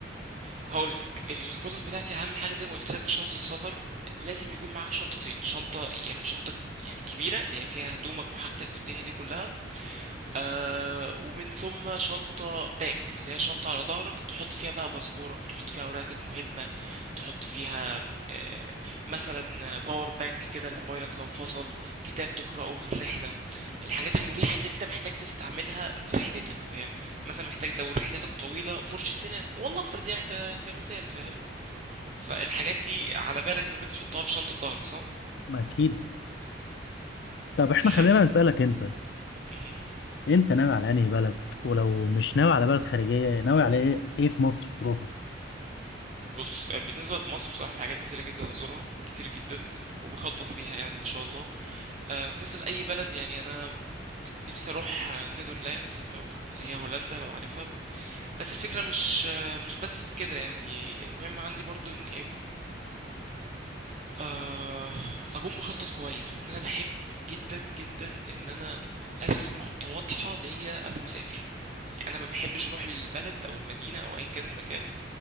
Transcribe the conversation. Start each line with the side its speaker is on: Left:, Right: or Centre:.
Right: هقول لك الخطط بتاعتي اهم حاجه زي ما قلت لك شنطه السفر لازم يكون معاك شنطتين شنطه يا اما شنطه يعني كبيره اللي هي فيها هدومك وحاجتك والدنيا دي كلها آه ومن ثم شنطة باك اللي هي شنطة على ظهرك تحط فيها بقى باسبورك تحط فيها أوراقك المهمة تحط فيها آه مثلا باور بانك كده لموبايلك لو فصل كتاب تقرأه في الرحلة الحاجات المريحة اللي انت محتاج تستعملها في رحلتك فاهم مثلا محتاج لو رحلتك طويلة فرشة سنان والله افرض يعني ك... كمثال فاهم فالحاجات دي على بالك انك انت تحطها في شنطة ظهر صح؟
Left: ما اكيد طب احنا
Right: حلو
Left: خلينا نسألك انت
Right: مهم.
Left: انت ناوي على انهي بلد ولو مش ناوي على بلد خارجية ناوي على ايه ايه في مصر تروحه
Right: بص آه، بالنسبة في مصر بصراحة في حاجات كتيرة جدا أزورها كتير جدا وبخطط ليها يعني إن شاء الله آه، بالنسبة لأي بلد يعني أنا نفسي أروح آه، نيذرلاندز أو اللي هي هولندا لو عارفها بس الفكرة مش آه، مش بس في كده يعني المهم عندي برضو إن إيه آه، أكون مخطط كويس لأن أنا بحب جدا جدا إن أنا أرسم خطة واضحة ليا قبل ما أسافر يعني أنا ما بحبش أروح البلد أو المدينة أو أيا كان المكان